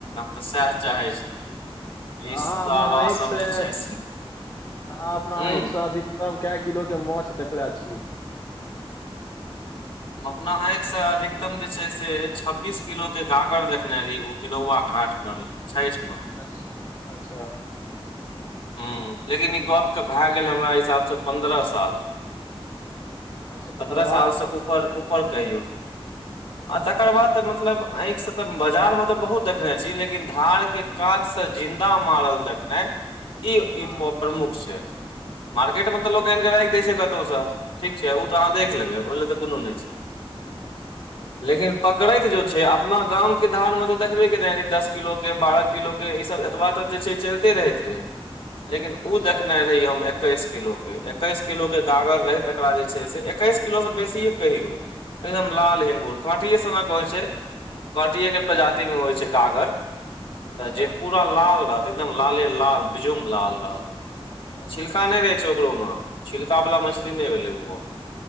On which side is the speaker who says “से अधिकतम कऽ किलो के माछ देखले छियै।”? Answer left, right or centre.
Left